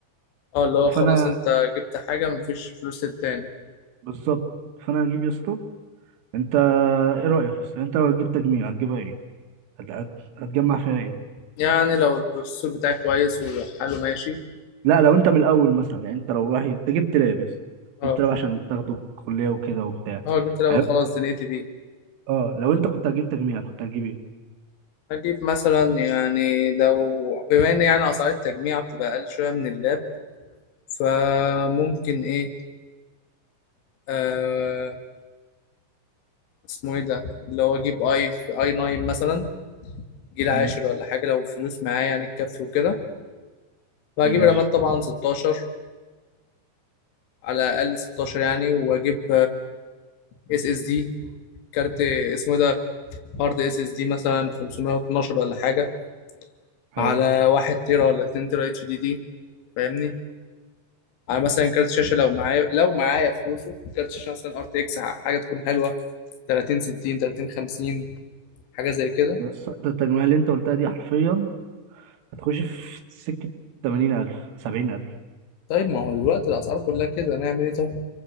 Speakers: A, on the left; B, on the right.
A: اه اللي هو خلاص
B: فانا
A: انت جبت حاجة مفيش فلوس للتاني
B: بالظبط فانا هجيب يا اسطى انت ايه رايك يا اسطى انت لو هتجيب تجميع هتجيبها ايه هت- هت- هتجمع فيها ايه
A: يعني لو السوق بتاعك كويس وحاله ماشي
B: لا لو انت من الاول مثلا يعني انت لو رايح انت جبت لاب يا اسطى
A: اه
B: جبت لاب عشان تاخده الكليه وكده وبتاع
A: اه جبت لعبة
B: يعني
A: خلاص دنيتي دي
B: اه لو انت كنت هتجيب تجميع كنت هتجيب ايه
A: هجيب مثلا يعني لو بما ان يعني اسعار التجميع بتبقى اقل شوية من اللاب فممكن ايه آه، اسمه ايه ده اللي هو اجيب اي اي 9 مثلا جيل عاشر
B: مم.
A: ولا حاجه لو فلوس معايا يعني تكفي وكده وهجيب
B: ماشي
A: رامات طبعا 16 على الاقل 16 يعني واجيب اس اس دي كارت اسمه إيه ده هارد اس اس دي مثلا 512 ولا حاجه
B: حلو
A: على 1 تيرا ولا 2 تيرا اتش دي دي فاهمني على مثلا كارت شاشه لو معايا لو معايا فلوسه كارت شاشه مثلا ار تي اكس حاجه تكون حلوه 30 60 30 50 حاجه زي كده
B: بس انت التجميع اللي انت قلتها دي حرفيا هتخش في سكة 80000 70000
A: طيب ما هو دلوقتي الاسعار كلها كده نعمل ايه طيب